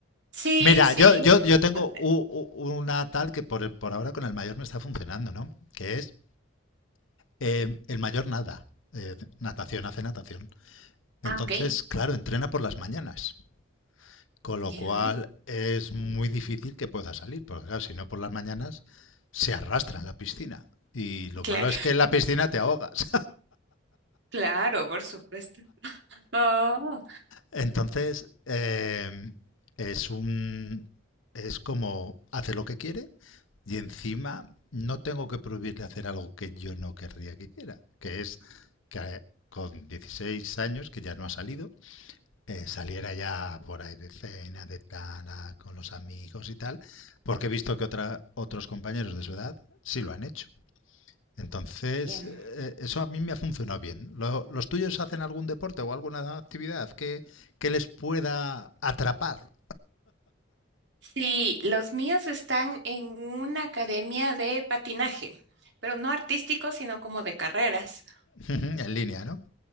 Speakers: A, on the right; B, on the left.
A: sí,
B: Mira,
A: sí,
B: yo, yo,
A: yo creo
B: yo tengo
A: que no sé.
B: u- u- una tal que por, el- por ahora con el mayor me está funcionando, ¿no? Que es eh, el mayor nada, eh, natación, hace natación. Entonces,
A: Ah, ok,
B: claro, entrena por las mañanas, con lo
A: ya,
B: cual es muy difícil que pueda salir, porque claro, si no por las mañanas se arrastra en la piscina. Y lo
A: Claro,
B: malo es que en la piscina te ahogas.
A: claro, por supuesto. Oh,
B: Entonces, eh, es un. Es como hace lo que quiere y encima no tengo que prohibirle hacer algo que yo no querría que hiciera, que es que con 16 años, que ya no ha salido, eh, saliera ya por ahí de cena, de tana, con los amigos y tal, porque he visto que otra, otros compañeros de su edad sí lo han hecho. Entonces,
A: ya.
B: eh, eso a mí me ha funcionado bien. Lo- ¿Los tuyos hacen algún deporte o alguna actividad que, que les pueda atrapar
A: Sí, los míos están en una academia de patinaje, pero no artístico, sino como de carreras.
B: <laughs> en línea, ¿no?